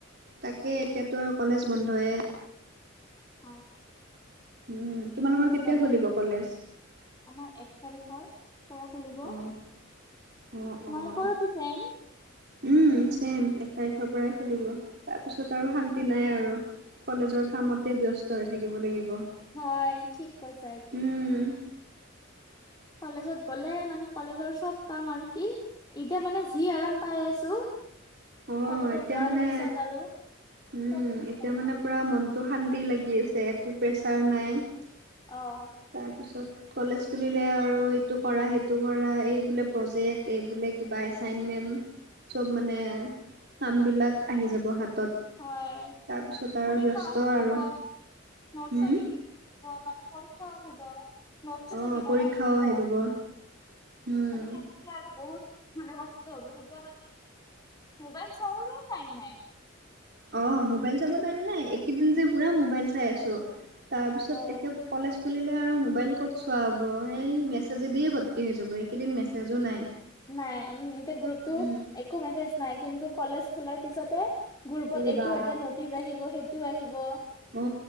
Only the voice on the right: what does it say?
তাকে এতিয়াতো কলেজ বন্ধয়ে। <unintelligible>
উম। <inaudible>
কেতিয়া
খুলিব
কলেজ?
অ', অ', অ',
উম! ছেইম এক তাৰিখৰ পৰাই খুলিব তাৰপিছত আৰু শান্তি নাই আৰু। <inaudible> কলেজৰ কামতে ব্যস্ত হৈ থাকিব লাগিব। <inaudible>
উম।
অ',
এতিয়া
মানে
উম,
এতিয়া মানে
পুৰা মনটো শান্তি লাগি আছে, একো প্ৰেছাৰ নাই। <unintelligible>
তাৰ পিছত কলেজ খুলিলে আৰু এইটো কৰা, সেইটো কৰা, এই বোলে প্ৰজেক্ট, এই বোলে <unintelligible> কিবা এচাইনমেণ্ট চব মানে কামবিলাক আহি যাব হাতত,
তাৰপিছত আৰু
ব্যস্ত
আৰু
হুম
অ
পৰীক্ষাও
আহি পাব উম।
অঁ মোবাইল চাব টাইম নাই এইকেইদিন যে পূৰা মোবাইল চাই আছোঁ তাৰপিছত
এতিয়া, কলেজ খুলিলে আৰু মোবাইল ক'ত চোৱা হ'ব এই মেছেজেদিয়ে ভৰ্তি হৈ যাব এইকেইদিন মেছেজো নাই।
উম
এই
বা
অ